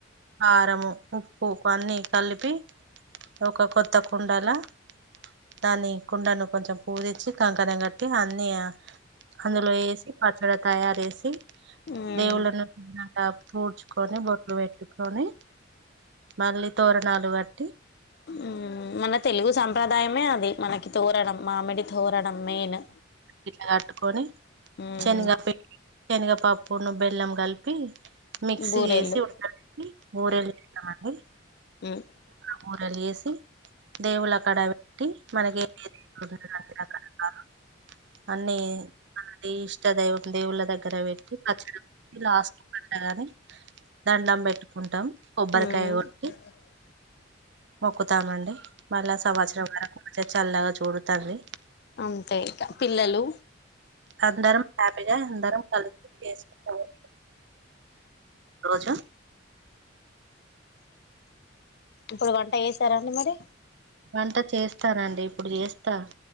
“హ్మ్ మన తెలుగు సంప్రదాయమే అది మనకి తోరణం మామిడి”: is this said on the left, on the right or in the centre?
Left